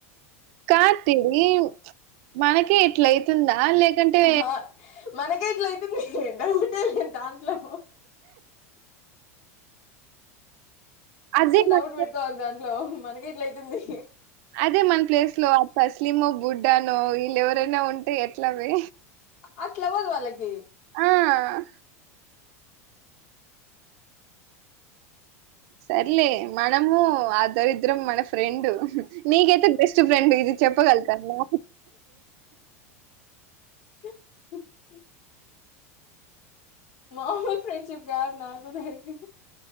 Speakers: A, on the right; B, on the left.
A: కాద్ తీరి మనకే ఇట్లైతుందా అ లేకంటే
B: ఆహా మనకే ఇట్లయితుంది డౌటే లేదాంట్లో
A: అదే
B: అస్సలు డౌట్
A: మన ప్లేస్
B: పెట్టుకోవద్దు దాంట్లో మనకే ఇట్లా అయితుంది
A: అదే మన ప్లేస్ లో ఆ తస్లిమో బుడ్డానో ఈళ్ళేవరైనా ఉంటే ఎట్లవే
B: అట్లవ్వదు వాళ్ళకి
A: ఆ సర్లే మనము ఆ దరిద్రం మన ఫ్రెండు నీకైతే బెస్ట్ ఫ్రెండ్ ఇది చెప్పగలుగుతాను
B: <unintelligible> మామూల్ ఫ్రెండ్షిప్ కాదు నాకు దానికి